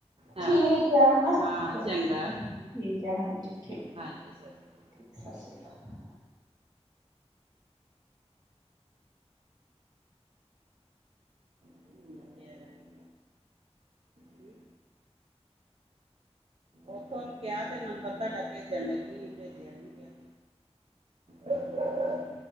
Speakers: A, on the right; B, on the right.
A: ਹਾਂ
B: ਠੀਕ ਆ। ਹਨਾ। ਚ
A: ਹਾਂ
B: ਹਾਂ
A: ਚੰਗਾ
B: ਠੀਕ ਆ। ਹਾਂਜੀ। ਠੀਕ।
A: ਹਾਂਜੀ। ਸਤਿ ਸ਼੍ਰੀ ਅਕਾਲ।
B: ਠੀਕ ਸਤਿ ਸ਼੍ਰੀ ਅਕਾਲ।
A: ਅਰ <unintelligible> ਕੀ। ਉਥੋਂ ਨੂੰ ਕਿਹਾ, ਤੇ ਨੰਬਰ ਤੁਹਾਡਾ ਭੇਜਣ ਲੱਗੀ। ਭੇਜਿਆ ਨੀ ਗਿਆ। ਅ <unintelligible>